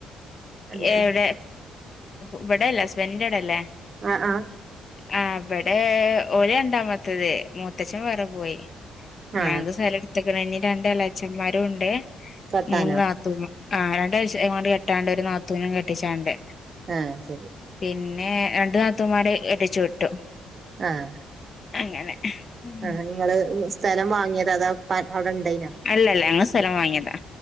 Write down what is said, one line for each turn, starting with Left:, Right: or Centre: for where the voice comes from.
Right: എന്താ
Left: എവിടെ ഇവിടെയല്ലേ ഹസ്ബന്ഡന്റെ ഇട അല്ലേ
Right: ആഹ ആഹ
Left: ആ അവിടെ ഒഓല ഉണ്ടാ പത്തത് മൂത്തച്ഛൻ വേറെ പോയി
Right: ആ
Left: ഞങ്ങക്ക് സ്ഥലം എടുത്തക്കണ രണ്ട അലാച്ചന്മാരും ഉണ്ട്
Right: കെട്ടാനോ
Left: മൂന്ന് നാത്തൂമ്മ ആ് രണ്ടാം ഇങ്ങോണ്ട് കെട്ടാണ്ട് ഒരു നാത്തൂനും കെട്ടിച്ചാണ്ട്
Right: ആഹ ശരി
Left: പിന്നെ രണ്ടു താത്തമാര് അടിച്ചു വിട്ടു
Right: ആഹ
Left: അങ്ങനെ ഉം
Right: ആഹ നിങ്ങള് സ്ഥലം വാങ്ങിയത് അതാ പ അവിടെ ഉണ്ടേനോ
Left: അല്ലല്ല ഞങ്ങൾ സ്ഥലം വാങ്ങിയതാ